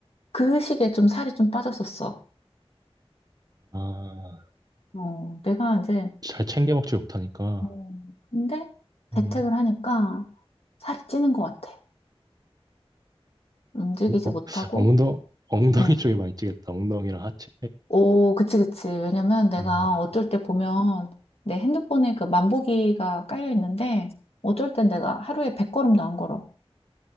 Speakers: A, on the left; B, on the right.
A: 그 시기에 좀 살이 좀 빠졌었어.
B: 아,
A: 어, 내가 이제
B: 잘 챙겨 먹지 못하니까.
A: 어, 근데 재택을
B: 음,
A: 하니까 살이 찌는 것 같아. 움직이지
B: 어,
A: 못하고.
B: 엉덩, 엉덩이
A: 어.
B: 쪽에 많이 찌겠다. 엉덩이랑 하체.
A: 오, 그치, 그치. 왜냐면 내가
B: 아,
A: 어쩔 때 보면 내 핸드폰에 그 만보기가 깔려 있는데 어쩔 땐 내가 하루에 100걸음도 안 걸어.